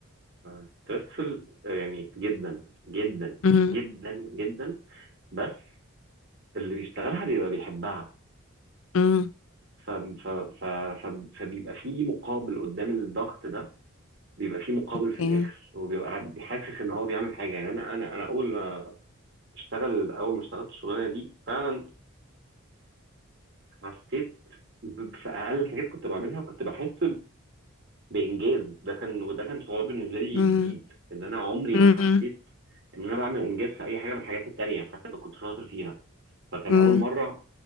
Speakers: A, on the right (about 50°); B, on the left (about 65°).
A: ستريسفل يعني جدا جدا
B: امم
A: جدا جدا بس اللي بيشتغلها بيبقى بيحبها
B: امم
A: ف... ف... ف... ف... فبيبقى في مقابل قدام الضغط ده بيبقى في مقابل
B: اوكي
A: في الآخر وبيبقى حاسس إن هو بيعمل حاجة يعني أنا أنا أنا أول ما اشتغل أول ما اشتغلت الشغلانة دي فعلا حسيت ب- في أقل حاجات كنت بعملها كنت بحس بانجاز ده كان وده كان شعور بالنسبه لي
B: مم.
A: جديد ان انا عمري
B: امم
A: ما حسيت ان انا بعمل انجاز في اي حاجه من الحاجات التانيه حتى لو كنت شاطر فيها فكان
B: امم
A: اول مره